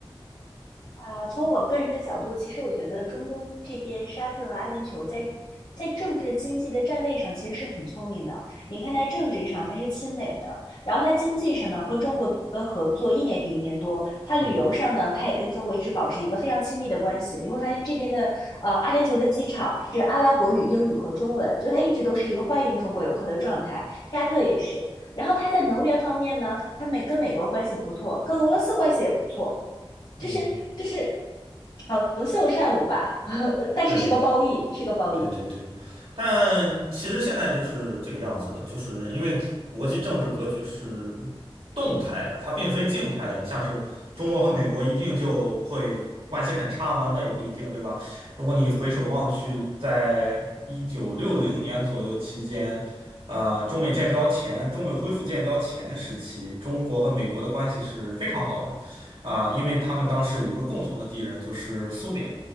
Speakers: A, on the left (about 55°); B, on the right (about 75°).
A: 啊，从我个人的角度，其实我觉得中东这边沙特和阿联酋在在政治经济的站位上其实是很聪明的。你看，它政治上它是亲美的，然后它经济上呢和中国的合作一年比一年多，它旅游上呢它也跟中国一直保持一个非常亲密的关系。
B: 嗯哼，
A: 你会发现这边的呃阿联酋的机场是阿拉伯语、英语和中文，就它一直都是一个欢迎中国游客的状态。沙特也是，然后它在能源方面呢，它美跟美国关系不错，跟俄罗斯关系也不错。就是就是
B: 嗯
A: 好龙秀善舞吧，<laughs> 但是是个褒义，
B: 对，
A: 是个褒义。
B: 对对对，但其实现在就是这个样子的，就是因为国际政治格局是动态的，它并非静态的。你像是中国和美国一定就会关系很差吗？那也不一定，对吧？如果你回首望去，在一九六零年左右期间，呃，中美建交前，中美恢复建交前时期，中国和美国的关系是非常好的，啊、因为他们当时有一个共同的敌人，就是苏联。